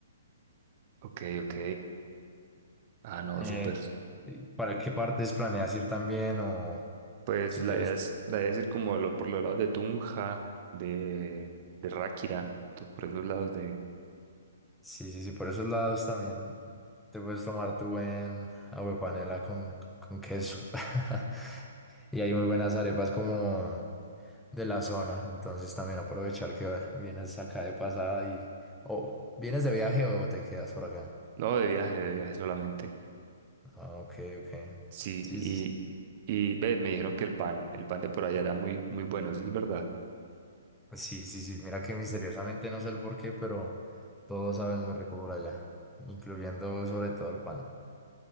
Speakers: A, on the right (about 40°); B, in the centre.
A: Ok, ok. Ah, no,
B: Eh,
A: súper.
B: ¿para qué partes planeas ir también? O
A: Pues
B: si
A: la
B: quieres,
A: idea es, la idea es ir como lo- por los lados de Tunja, de, de Ráquira, to- por esos lados de...
B: sí, sí, sí, por esos lados también te puedes tomar tu buen aguapanela con, con queso. <laughs> Y hay muy buenas arepas como de la zona, entonces también aprovechar que vienes acá de pasada y... O o vienes de viaje o te quedas por acá.
A: No, de viaje, de viaje solamente.
B: Ah, ok, ok.
A: Sí,
B: Sí,
A: y,
B: sí,
A: y ve, me dijeron que el pan, el pan de por allá era muy, muy bueno, ¿eso es verdad?
B: sí, sí, sí, mira que misteriosamente no sé el por qué, pero todo sabe muy rico por allá, incluyendo sobre todo el pan.